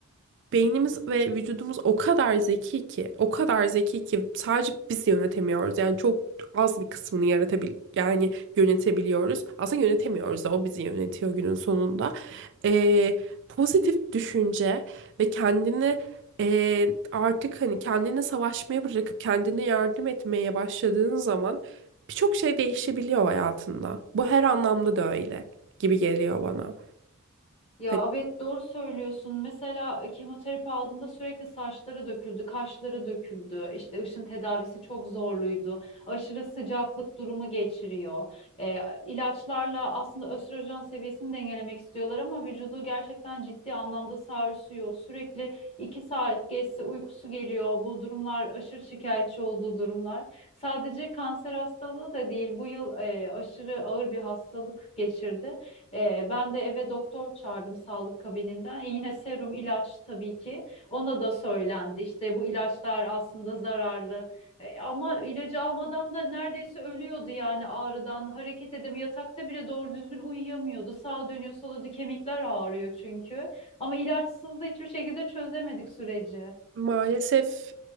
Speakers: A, on the right; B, on the left.
A: beynimiz ve vücudumuz o kadar zeki ki, o kadar zeki ki sadece biz yönetemiyoruz. Yani çok az bir kısmını yaratabil, yani yönetebiliyoruz. Aslında yönetemiyoruz da o bizi yönetiyor günün sonunda. Ee, pozitif düşünce ve kendini ee, artık hani kendine savaşmaya bırakıp kendine yardım etmeye başladığın zaman birçok şey değişebiliyor hayatında. Bu her anlamda da öyle gibi geliyor bana.
B: Ya
A: Hani,
B: evet doğru söylüyorsun. Mesela e, kemoterapi aldığında sürekli saçları döküldü, kaşları döküldü. İşte ışın tedavisi çok zorluydu. Aşırı sıcaklık durumu geçiriyor. E, ilaçlarla aslında östrojen seviyesini dengelemek istiyorlar ama vücudu gerçekten ciddi anlamda sarsıyor. Sürekli iki saat geçse uykusu geliyor. Bu durumlar aşırı şikayetçi olduğu durumlar. Sadece kanser hastalığı da değil. Bu yıl e, aşırı ağır bir hastalık geçirdi. Ee, ben de eve doktor çağırdım sağlık kabininden. E, yine serum ilaç tabii ki. Ona da söylendi. İşte bu ilaçlar aslında zararlı. E, ama ilacı almadan da neredeyse ölüyordu yani ağrıdan. Hareket edemiyor. Yatakta bile doğru düzgün uyuyamıyordu. Sağa dönüyor, sola dönüyor. Kemikler ağrıyor çünkü. Ama ilaçsız da hiçbir şekilde çözemedik süreci.
A: Maalesef